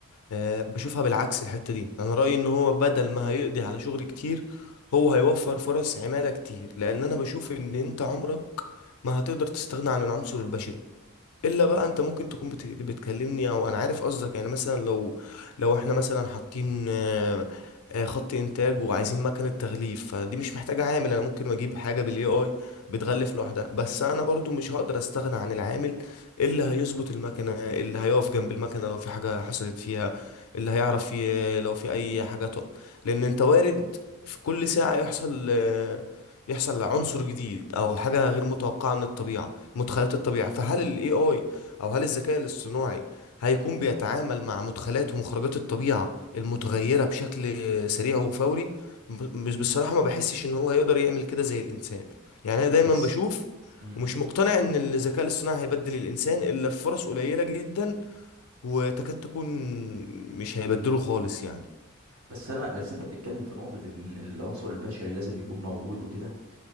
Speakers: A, on the left; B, on the right.
A: آه، بشوفها بالعكس الحتة دي انا رأيي ان هو بدل ما هيقضي على شغل كتير هو هيوفر فرص عمالة كتير لان انا بشوف ان انت عمرك ما هتقدر تستغنى عن العنصر البشري الا بقى انت ممكن تكون بت- بتكلمني او انا عارف قصدك يعني مثلا لو لو احنا مثلا حاطين آه، آه، خط انتاج وعايزين مكنه تغليف فدي مش محتاجه عامل انا ممكن اجيب حاجه بالاي اي بتغلف لوحدها بس انا برضو مش هقدر استغنى عن العامل اللي هيظبط المكنه اللي هيقف جنب المكنه لو في حاجه حصلت فيها اللي هيعرف ي- لو في اي حاجه ط- لان انت وارد في كل ساعه يحصل آه، يحصل عنصر جديد او حاجه غير متوقعه من الطبيعه مدخلات الطبيعة فهل ال AI أو هل الذكاء الاصطناعي هيكون بيتعامل مع مدخلات ومخرجات الطبيعة المتغيرة بشكل سريع وفوري م- مش بصراحة ما بحسش إن هو هيقدر يعمل كده زي الإنسان يعني أنا دايما
B: بس
A: بشوف
B: مم.
A: ومش مقتنع إن الذكاء الاصطناعي هيبدل الإنسان إلا في فرص قليلة جدا وتكاد تكون مش هيبدله خالص يعني
B: بس انا بس انت بتتكلم في نقطة ان العنصر البشري لازم يكون موجود وكده